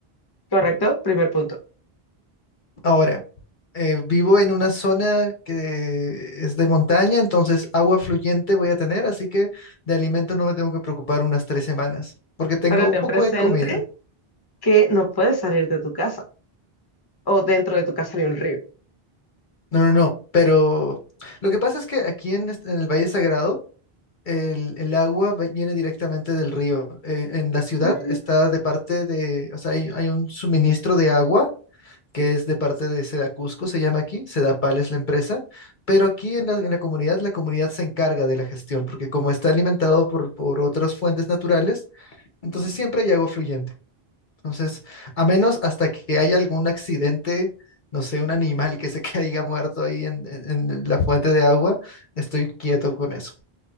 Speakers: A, on the left (about 25°); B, on the left (about 55°).
A: ¿Correcto? Primer punto.
B: Ahora, eh, vivo en una zona que es de montaña, entonces agua fluyente voy a tener, así que de alimento no me tengo que preocupar unas tres semanas porque tengo
A: Pero
B: un
A: ten
B: poco
A: presente
B: de comida.
A: que no puedes salir de tu casa o dentro de tu casa hay un río.
B: No, no, no, pero lo que pasa es que aquí en, este- en el Valle Sagrado el, el agua va- viene directamente del río. Eh, en la ciudad
A: Mm.
B: está de parte de, o sea, hay, hay un suministro de agua que es de parte de Sedacusco, se llama aquí, Sedapal es la empresa, pero aquí en la, en la comunidad, la comunidad se encarga de la gestión, porque como está alimentado por, por otras fuentes naturales, entonces siempre hay agua fluyente. Entonces, a menos hasta que haya algún accidente, no sé, un animal que se <laughs> caiga muerto ahí en, en- en la fuente de agua, estoy quieto con eso.